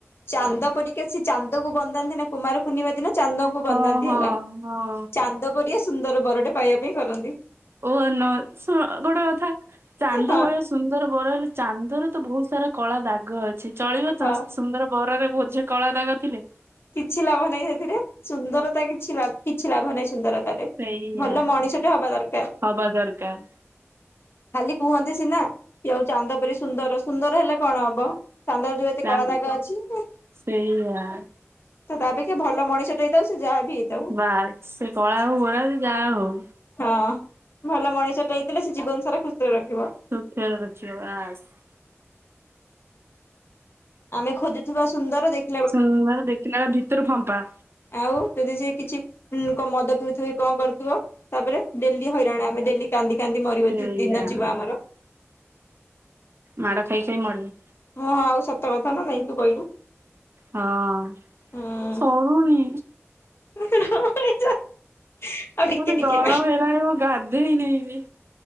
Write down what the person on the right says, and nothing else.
ହଁ ହଁ
ହଁ
ଓହ ନ ଶ ଗୋଟେ କଥା ଚାନ୍ଦ
ଭଳିଆ ସୁନ୍ଦର ବର ହେଲେ ଚାନ୍ଦରେ ତ ବହୁତ ସାରା କଳା ଦାଗ ଅଛି ଚଳିବ
ତ? ସୁନ୍ଦର ବରରେ ବୋଝେ କଳା ଦାଗ ଥିଲେ?
ସେଇଆ
ହବା ଦରକାର।
ଚାନ୍ଦ
ସେଇଆ।
ବା ସେ କଳା ହଉ ଗୋରା ହଉ ଯାହା ହଉ।
<unintelligible>
ସୁନ୍ଦର ଦେଖିଲା ବେଳେ ଭିତରୁ ଫମ୍ପା।
ସେଇଆ
ମାଡା ଖାଇ ଖାଇ ମୁରିବ।
ହଁ
ସରୁନି।
ମତେ
ଗରମ ହେଲାଣି ମୁଁ ଗାଧେଇନେଇଁ ବି।